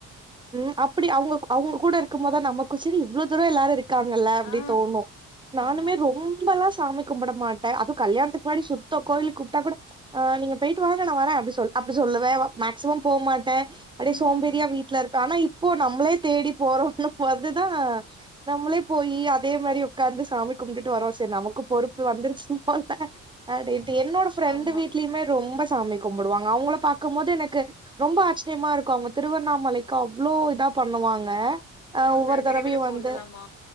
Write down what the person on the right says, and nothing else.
உம் அப்படி அவங்க அவங்க கூட இருக்கும் போதான் நமக்கும் சரி இவ்வளவு தூரம் எல்லாரும் இரு- க்காங்கல்ல அப்படி
தோணும் நானுமே
ரொம்பல்லாம் சாமி கும்பிட மாட்டேன் அதுவும் கல்யாணத்துக்கு முன்னாடி சுத்த கோயிலுக்கு கூப்பிட்டா கூடஹ் நீங்க போயிட்டு வாங்க நான் வரேன் அப்படின்னு சொ அப்படி சொல்லுவேன் மேக்சிமம் போ மாட்டேன் அ
சோம்பேறியா வீட் ஆனா இப்போ நம்மளே தேடி போறோம்ன்னும் வந்துதான் நம்மளே போயி அதே மாதிரி உக்காந்து சாமி கும்டுட்டு வரோம் சரி நமக்கு பொறுப்பு வந்துருச்சு <unintelligible> அப்படின்ட்டு என்னோட ஃப்ரெண்டு
வீட்லயுமே ரொம்ப சாமி கும்பிடுவாங்க அவுங்கள பார்க்கும் போது எனக்கு ரொம்ப ஆச்சரியமா இருக்கும் அவுங்க திருவண்ணாமலைக்கு த அவ்ளோ இதா பண்ணுவாங்க
ஆஹ்
ஒவ்வொரு தடவையும்
வந்து